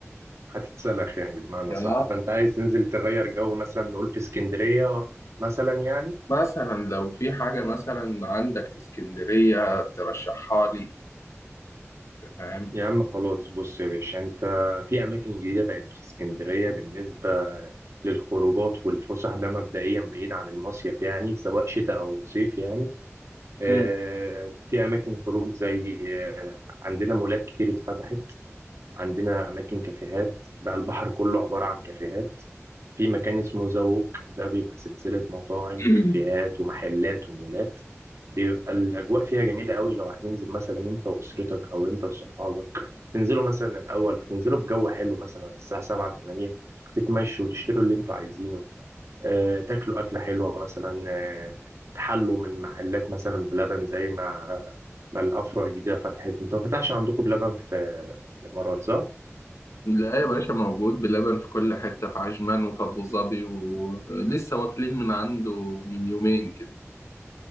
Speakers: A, on the right (about 65°); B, on the left (about 80°).
A: هتتسلخ يعني بمعنى
B: يا
A: صح فانت عايز تنزل تغير جو مثلا نقول في اسكندريه مثلا يعني
B: مثلا لو في حاجة مثلا عندك في اسكندرية ترشحها لي انت فاهم
A: يا عم خلاص بص يا باشا انت في اماكن جديده بقت في اسكندريه بالنسبه للخروجات والفسح ده مبدئيا بعيد عن المصيف يعني سواء شتاء او صيف يعني آه،
B: مم.
A: في اماكن خروج زي آه، عندنا مولات كتير اتفتحت عندنا اماكن كافيهات بقى البحر كله عباره عن كافيهات في مكان اسمه زوق ده بيبقى سلسلة مطاعم
B: <clears throat>
A: وكافيهات ومحلات ومولات بيبقى الأجواء فيها جميلة قوي لو هتنزل مثلا أنت وأسرتك أو أنت وصحابك تنزلوا مثلا الأول تنزلوا في جو حلو مثلا على الساعة 7 8 تتمشوا وتشتروا اللي أنتوا عايزينه آه، تاكلوا أكلة حلوة مثلا آه، تحلوا من محلات مثلا بلبن زي ما ما الأفرع الجديدة فتحت أنتوا ما فتحش عندكم بلبن في الإمارات صح؟
B: لا يا باشا موجود بلبن في كل حتة في عجمان وفي أبو ظبي ولسه واكلين من عنده من يومين كده